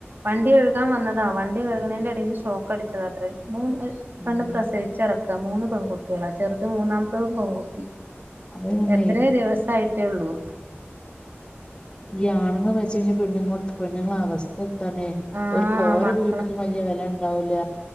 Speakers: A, on the right; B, on the left.
A: വണ്ടികഴുകാൻ വന്നതാ വണ്ടി കഴുകണേൻറ്റേടയില് ഷോക്കടിച്ചതാത്രേ മൂന്ന് പെണ്ണ്
B: ഉം
A: പ്രസവിച്ചടക്ക മൂന്ന് പെൺകുട്ടികളാ ചെറുത് മൂന്നാമതും പെൺകുട്ടി
B: അത് തന്നെ
A: എത്രേ ദിവസായിട്ടേയുള്ളൂ
B: ഈ ആണുങ്ങള് മരിച്ചുകഴിഞ്ഞാ പെണ്ണുങ്ങൾക്ക് പെണ്ണുങ്ങളെ അവസ്ഥ എന്താണേ
A: ആ
B: ഓർക്ക് ഓരവീട്ടില്
A: മക്കളെ
B: വല്യ വെലയുണ്ടാവൂല